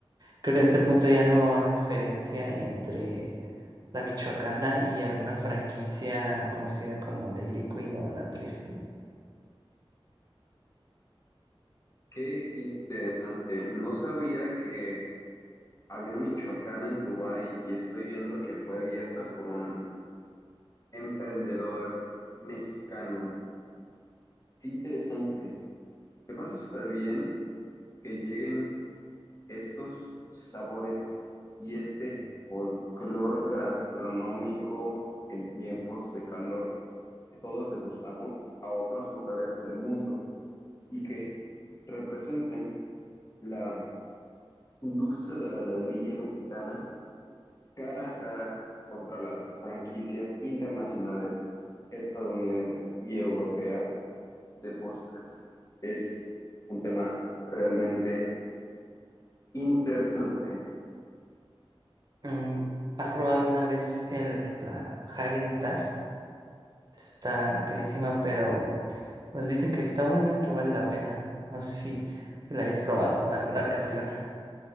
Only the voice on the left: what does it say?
Qué interesante. No sabía que había una Michoacana en Dubái y estoy viendo que fue abierta por un emprendedor mexicano. Qué interesante. Me parece súper bien que lleguen Estos sabores y este folclor gastronómico en tiempos de calor que todos degustamos a otros lugares del mundo y que representen la industria de la heladería mexicana cara a cara contra las franquicias internacionales, estadounidenses y europeas de postres. Es un tema realmente interesante.